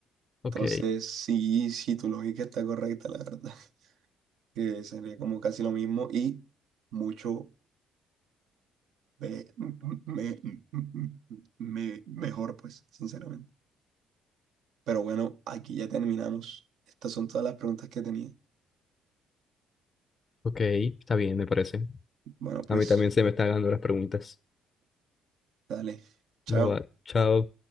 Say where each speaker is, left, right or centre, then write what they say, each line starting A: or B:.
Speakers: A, on the left; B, on the right.
A: Ok,
B: Entonces, sí, sí, tu lógica está correcta, la verdad. <laughs> Que sería como casi lo mismo y mucho me- me- me- mejor, pues, sinceramente. Pero bueno, aquí ya terminamos. Estas son todas las preguntas que tenía.
A: ok, está bien, me parece.
B: Bueno, pues,
A: A mí también se me están dando las preguntas.
B: dale. Chao.
A: Bye bye. Chao.